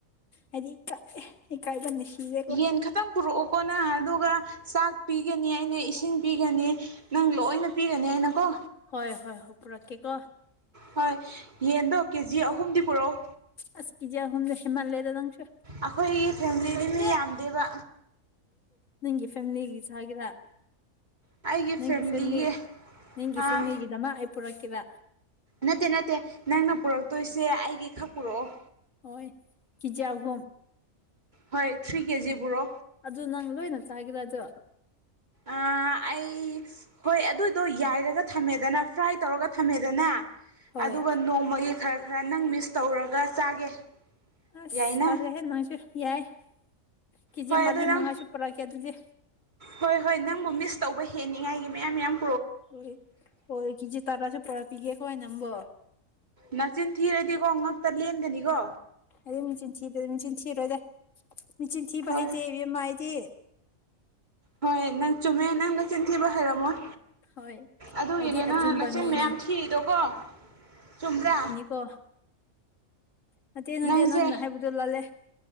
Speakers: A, on the left (about 70°); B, on the right (about 35°).
A: ꯑꯩꯗꯤ ꯏ ꯀꯥꯏ ꯏ ꯀꯥꯏꯕꯅ ꯁꯤꯔꯦꯀꯣ
B: ꯌꯦꯟ ꯈꯇꯪ ꯄꯨꯔꯛꯑꯣ ꯀꯎꯅꯥ ꯑꯗꯨꯒ ꯆꯥꯛ ꯄꯤꯒꯅꯤ ꯑꯩꯅ ꯏꯁꯤꯡ ꯄꯤꯒꯅꯤ ꯅꯪ ꯂꯣꯏꯅ ꯄꯤꯒꯅꯤ ꯑꯩꯅ ꯀꯣ
A: ꯍꯣꯏ ꯍꯣꯏ ꯍꯣꯏ ꯄꯨꯔꯛꯀꯦ ꯀꯣ
B: ꯍꯣꯏ ꯌꯦꯟꯗꯣ ꯀꯦꯖꯤ ꯑꯍꯨꯝꯗꯤ ꯄꯨꯔꯛꯑꯣ
A: ꯑꯁ ꯀꯤꯖꯤ ꯑꯍꯨꯝꯗꯦ ꯍꯦꯃꯜ ꯂꯩꯗ ꯅꯪꯁꯨ
B: ꯑꯩꯈꯣꯏꯒꯤ ꯐꯦꯃꯤꯂꯤꯗꯤ ꯃꯤ ꯌꯥꯝꯗꯦꯕ
A: ꯅꯪꯒꯤ ꯐꯦꯃꯤꯂꯤꯒꯤ ꯆꯒꯦꯔ
B: ꯑꯩꯒꯤ ꯐꯦꯃꯤꯂꯤꯒꯤ
A: ꯅꯪꯒꯤ ꯐꯦꯝꯂꯤ ꯅꯪꯒꯤ
B: ꯑꯥ
A: ꯐꯦꯝꯂꯤꯒꯤꯗꯃꯛ ꯑꯩ ꯄꯨꯔꯛ ꯀꯩꯔ
B: ꯅꯠꯇꯦ ꯅꯠꯇꯦ ꯅꯪꯅ ꯄꯨꯔꯛꯇꯣꯏꯁꯦ ꯑꯩꯒꯤ ꯈꯛ ꯄꯨꯔꯛꯑꯣ
A: ꯍꯣꯏ ꯀꯦꯖꯤ ꯑꯍꯨꯝ
B: ꯍꯣꯏ ꯊ꯭ꯔꯤ ꯀꯦꯖꯤ ꯄꯨꯔꯣ
A: ꯑꯗꯨ ꯅꯪ ꯂꯣꯏꯅ ꯆꯒꯦꯔ ꯑꯗꯨ
B: ꯑꯥ ꯑꯩ ꯍꯣꯏ ꯑꯗꯨꯗꯣ ꯌꯥꯏꯔꯒ ꯊꯝꯃꯦꯗꯅ ꯐ꯭ꯔꯥꯏ ꯇꯧꯔꯒ ꯊꯝꯃꯦꯗꯅ
A: ꯍꯣꯏ
B: ꯑꯗꯨꯒ ꯅꯣꯡꯃꯒꯤ ꯈꯔ ꯈꯔ ꯅꯪ ꯃꯤꯁ ꯇꯧꯔꯒ ꯆꯥꯒꯦ
A: ꯑꯁ
B: ꯌꯥꯏꯅ
A: ꯇꯂꯦ ꯍꯦ ꯅꯪꯁꯨ ꯌꯥꯏ ꯀꯩꯖꯦ
B: ꯍꯣꯏ
A: ꯃꯔꯤ
B: ꯑꯗꯨ ꯅꯪ
A: ꯃꯉꯥꯁꯨ ꯄꯨꯔꯛ ꯀꯦ ꯑꯗꯨꯗꯤ
B: ꯍꯣꯏ ꯍꯣꯏ ꯅꯪꯕꯨ ꯃꯤꯁ ꯇꯧꯕ ꯍꯦꯟꯅꯤꯉꯥꯏꯒꯤ ꯃꯌꯥꯝ ꯌꯥꯝ
A: ꯍꯣꯏ ꯍꯣꯏ ꯀꯦꯖꯤ ꯇꯔꯥꯁꯨ ꯄꯨꯔꯛꯄꯤꯒꯦ ꯀꯣ ꯅꯪꯕꯣ
B: ꯅꯥꯆꯤꯟ ꯊꯤꯔꯗꯤꯀꯣ ꯉꯥꯛꯇ ꯂꯦꯟꯒꯅꯤꯀꯣ
A: ꯑꯩꯗꯤ ꯃꯦꯆꯤꯟ ꯊꯤꯗ ꯃꯦꯆꯤꯟ ꯊꯤꯔꯣꯗ ꯃꯦꯆꯤꯟ ꯊꯤꯕ
B: ꯍꯣꯏ
A: ꯍꯩꯇꯦ ꯏꯕꯦꯝꯃ ꯑꯩꯗꯤ
B: ꯍꯣꯏ ꯅꯪ ꯆꯨꯝꯃꯦ ꯅꯪ ꯅꯆꯤꯟ ꯊꯤꯕ ꯍꯩꯔꯝꯃꯣꯏ
A: ꯍꯣꯏ
B: ꯑꯗꯨꯒꯤꯅꯦ
A: ꯑꯩꯗꯤ ꯑꯆꯨꯝꯕ
B: ꯅꯪꯅ ꯅꯆꯤꯟ
A: ꯃꯤꯅꯤ
B: ꯃꯌꯥꯝ ꯊꯤꯔꯤꯗꯣꯀꯣ ꯆꯨꯝꯕ꯭ꯔꯥ
A: ꯀꯣ ꯅꯠꯇꯦ ꯅꯠꯇꯦ
B: ꯅꯪꯁꯦ
A: ꯅꯪꯅ ꯍꯥꯏꯕꯗꯣ ꯂꯜꯂꯦ